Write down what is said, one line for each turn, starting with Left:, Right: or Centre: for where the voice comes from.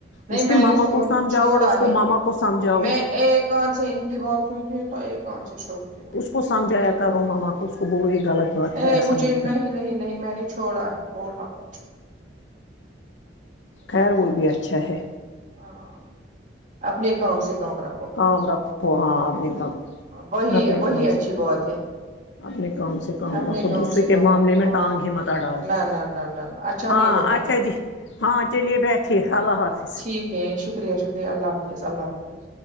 Right: نہیں
Left: اس
Right: میں
Left: کے
Right: نے
Left: ماما
Right: سوچ
Left: کو سمجھاؤ
Right: چھوڑا
Left: وہ اس
Right: ہے
Left: کو ماما کو سمجھاوہ
Right: میں ایک کان سے ان کی بات سنتی ہوں تو ایک کان سے چھوڑتی ہوں
Left: اس کو سمجھایا کرو ماما کو اس کو بولو یہ غلط بات
Right: اے
Left: ہے ایسا
Right: مجھے
Left: مت
Right: نہیں
Left: کرو
Right: نہیں نہیں میں نے چھوڑا ہے بولنا کچھ
Left: خیر وہ بھی اچھا ہے
Right: ہاں اپنے کام سے کام رکھ
Left: کام رکھو ہاں اپنے کام
Right: وہی
Left: اپنے
Right: وہی
Left: کام
Right: اچھی
Left: سے
Right: بات ہے
Left: اپنے کام سے کام
Right: اپنے
Left: رکھو
Right: کام
Left: دوسرے
Right: سے کام
Left: کے معاملے
Right: رکھو
Left: میں
Right: ہاں
Left: ٹانگ ہی مت اڑھاؤ
Right: نہ نہ نہ نہ اچھا
Left: ہاں
Right: نہیں ہوتا
Left: اچھا
Right: ہے
Left: جی ہاں چلیے بیٹھیے اللہ حافظ
Right: ٹھیک ہے شکریہ شکریہ اللہ حافظ اللہ حافظ